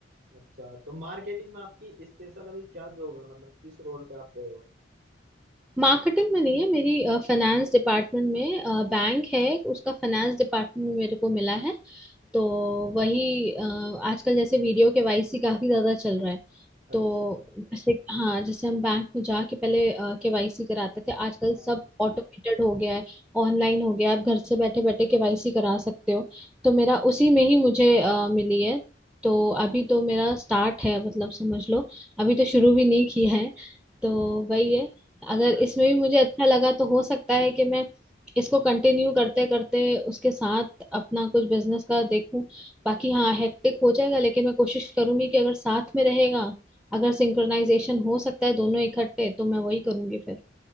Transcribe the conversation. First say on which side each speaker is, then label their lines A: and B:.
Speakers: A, on the right; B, in the centre.
A: अच्छा तो मार्केटिंग में आपकी स्पेशल अभी क्या जॉब है मतलब किस रोल पे आप गए हो
B: मार्केटिंग में नहीं है मेरी फाइनेंस डिपार्टमेंट में बैंक है उसका फाइनेंस डिपार्टमेंट में मेरे को मिला है तो वही अ, आजकल जैसे वीडियो के वाई सी काफी ज्यादा चल रहा है तो
A: अच्छा
B: जैसे हाँ जैसे हम बैंक में जाके पहले केवाईसी कराते थे आजकल
A: हाँ
B: सब ऑटोमेटेड हो गया है ऑनलाइन हो गया है, आप घर से बैठे बैठे केवाईसी करा सकते हो तो मेरा उसी में ही मुझे अ, मिली है तो अभी तो मेरा स्टार्ट है मतलब समझ लो अभी तो शुरू भी नहीं किया है तो वही है अगर
A: अ-
B: इसमें भी मुझे अच्छा लगा तो हो सकता है कि मैं इसको कंटिन्यू करते करते उसके साथ अपना कुछ बिजनेस का देखूं बाकी हाँ हेक्टिक हो जाएगा लेकिन मैं कोशिश करूंगी कि अगर साथ में रहेगा अगर सिंक्रोनाइजेशन हो सकता है दोनों इकट्ठे तो मैं वही करूंगी फिर